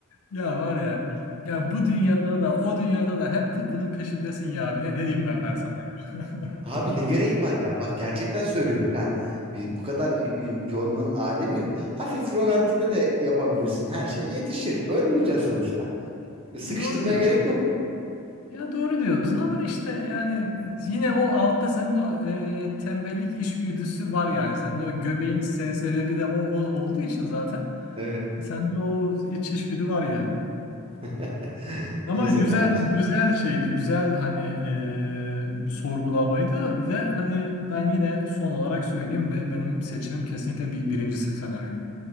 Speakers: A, on the left; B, on the right.
A: Ya var ya. Ya bu dünyada da o dünyada da hep bu- bunun peşindesin ya abi. Ne, ne diyeyim ben, ben sana? <laughs>
B: Abi ne gerek var ya bak gerçekten söylüyorum. Yani bir, bu kadar y- y- yormanın alemi yok. Hafif rolantide de yapabilirsin her şey yetişir. Ölmeyeceksin sonuçta. E, Sıkıştırmaya
A: Doğru diyorsun.
B: gerek yok.
A: Ya doğru diyorsun ama işte yani yine o altta senin o e, tembellik işgüdüsü var yani. Senin o göbeğin se- sebebi de o, o olduğu için zaten.
B: Evet.
A: Sende o iç işgüdü var yani.
B: <laughs>
A: Ama
B: Neyse
A: güzel
B: kardeşim.
A: güzel şeydi. Güzel hani e, sorgulamaydı ve hani ben yine son olarak söyleyeyim be- benim seçimim kesinlikle bir, birinci se- senaryo.